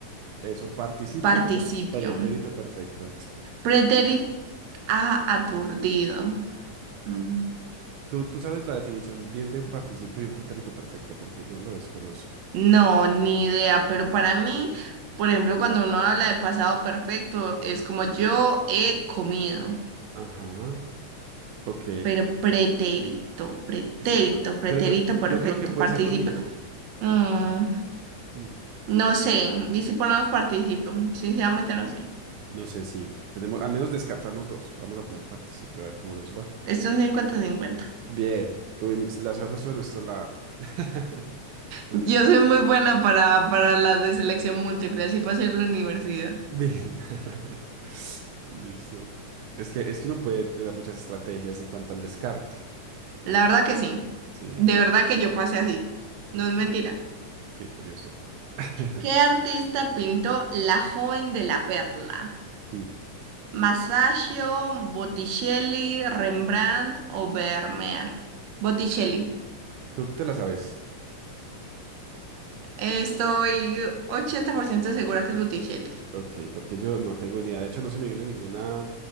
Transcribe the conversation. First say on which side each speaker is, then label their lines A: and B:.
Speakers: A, on the right; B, on the right.
A: Eso, participio
B: participio.
A: o pretérito perfecto.
B: Pretérito aturdido. Mm.
A: Tú, tú sabes la definición bien de un participio y un pretérito perfecto, porque yo lo desconozco.
B: No, ni idea, pero para mí, por ejemplo, cuando uno habla de pasado perfecto, es como yo he comido,
A: Ajá. Ok.
B: pero pretérito, pretérito,
A: Es que no.
B: pretérito
A: Pero yo,
B: perfecto,
A: yo creo que puede
B: participio.
A: ser lo mismo.
B: mm,
A: Mm.
B: no sé, y si ponemos participio, sinceramente no sé.
A: No sé si tenemos, al menos descartamos dos. Vamos a poner partícipe a ver cómo nos va.
B: Es un cincuenta-cincuenta.
A: Bien, tuvimos, la suerte fue de nuestro lado. <laughs> Menos
B: Yo
A: mal.
B: soy muy buena para, para las de selección múltiple, así pasé en la universidad.
A: Bien. <laughs> Listo. Es que, es que uno puede tener muchas estrategias en cuanto al descarte.
B: La verdad que sí,
A: Sí.
B: de verdad que yo pasé así, no
A: Ok,
B: es mentira.
A: qué curioso. <laughs>
B: ¿Qué artista pintó La joven de la perla?
A: Mm.
B: ¿Masaccio, Botticelli, Rembrandt o Vermeer? Botticelli.
A: Tú te la sabes.
B: Estoy 80% segura que es Botticelli.
A: Ok, porque yo no tengo ni idea. De hecho, no se me viene ninguna,